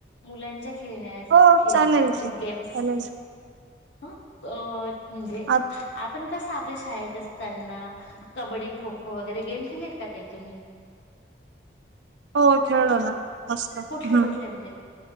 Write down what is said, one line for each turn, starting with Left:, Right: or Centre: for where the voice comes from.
Left: मुलांच्या खेळण्या,
Right: हो
Left: खेळण्याचे
Right: चालेल की चालेल
Left: गेम्स ह अ म्हणजे
Right: आ
Left: पण कस आपल्या शाळेत असताना, कबड्डी खो खो वगैरे गेम खेलेत का ते तुम्ही
Right: हो खेळलो
Left: अ
Right: ना मस्त हम्म
Left: कुठले कुठले? म्हणजे